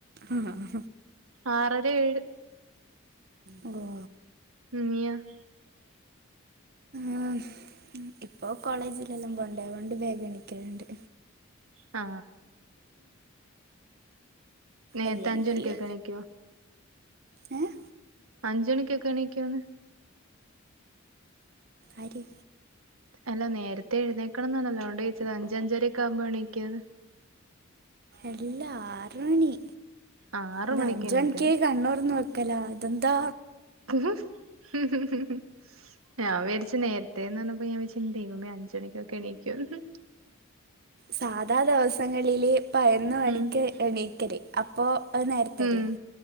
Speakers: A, on the right (about 50°); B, on the right (about 85°).
A: ആഹ്
B: ആറര ഏഴ്.
A: അലോ
B: <unintelligible>
A: ആ ഇപ്പൊ കോളേജിലെല്ലാം പോണ്ടെ, അതോണ്ട് വേഗം എണീക്കല്ണ്ട്.
B: ആ നേരത്തെ
A: അല്ലെങ്കില്
B: അഞ്ചു മണിക്ക്ക്കെ ണീക്കോ?
A: ഏഹ്
B: അഞ്ചു ണിക്കൊക്കെണിക്കോന്ന്.
A: ആരെ
B: അല്ല നേരത്തെ എഴുന്നേക്കണം ന്നർഞ്ഞല്ലോ തോണ്ട് ചോദിച്ചതാ അഞ്ച് അഞ്ചര ഒക്കെ ആവുമ്പോ എണിക്ക
A: എല്ലാ ആറ്മണി
B: ആറ്
A: ല്ല അഞ്ചു
B: എണീക്കുന്ന്
A: മണിക്ക് കണ്ണൂതൊർന്നു നോക്ക ക്കല അതന്താ
B: ഉഹ് ഹ് ഹ് ഹ് ഞാ വിചാര്ച്ച് നേരത്തെേന്ന് പറഞ്ഞപ്പോ ഞാൻ വിചാരിച്ചു അഞ്ചു മണിക്കൊക്കെ എണീക്കോന്ന്
A: സാധാ ദിവസങ്ങളില് പതിനൊന്നു മണിക്ക്
B: ഉം
A: എണീക്കല് അപ്പോ അത് നേരത്തല്ലേ
B: ഉം